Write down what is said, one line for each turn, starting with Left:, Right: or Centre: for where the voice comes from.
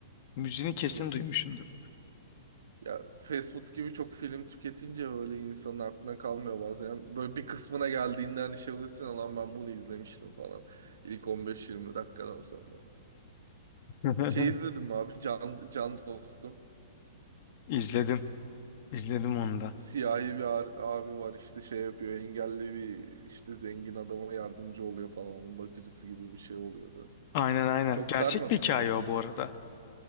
Left: Müziğini kesin
Right: Hı.
Left: duymuşsundur.
Right: Ya fast food gibi çok film tüketince öyle insanın aklına kalmıyor bazen. Böyle bir kısmına geldiğinde hani şey oluyorsun ya, lan ben bunu izlemiştim falan. İlk 15-20 dakikadan sonra.
Left: <laughs>
Right: Şey izledim abi Can, Can Dostum.
Left: İzledim. İzledim onu da.
Right: Siyahi bir ar- abi var işte şey yapıyor engelli bir işte zengin adama yardımcı oluyor falan onun bakıcısı gibi bir şey oluyordu.
Left: Aynen aynen.
Right: Çok
Left: Gerçek
Right: sarmadı
Left: bir hikaye
Right: mı senin
Left: o
Right: de?
Left: bu arada.